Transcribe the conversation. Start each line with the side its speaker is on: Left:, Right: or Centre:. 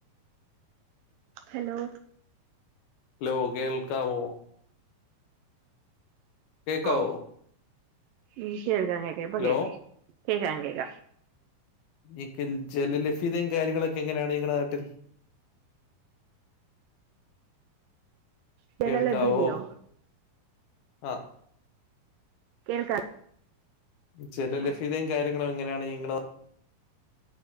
Right: ഹലോ
Left: ഹലോ കേൾക്കാവോ കേക്കാവോ
Right: ഓ ഉം കേൾക്കാം കേക്കാം ഇപ്പൊ
Left: ഹലോ
Right: കേക്കാം കേൾക്കാം കേക്കാം
Left: എക്കൽ ജലഭ്യതയും കാര്യങ്ങളൊക്കെ എങ്ങനെയാണ് നിങ്ങടെ നാട്ടിൽ
Right: ജലലഭ്യതയോ
Left: കേൾക്കാവോ ആ
Right: കേൾക്കാം
Left: ജലലഭ്യതയും
Right: ആ
Left: കാര്യങ്ങളും എങ്ങനെയാണ് നിങ്ങളെ നാ